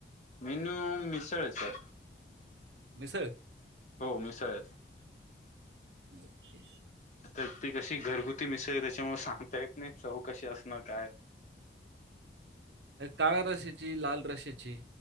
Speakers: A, on the left; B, on the right.
A: मेनू मिसळ स
B: मिसळ
A: हो मिसळंच
B: ओके
A: तर ती कशी घरगुती मिसळ त्याच्यामु सांगता येत नाही चव कशी असणार काय
B: काळ्या रशीची लाल रशीची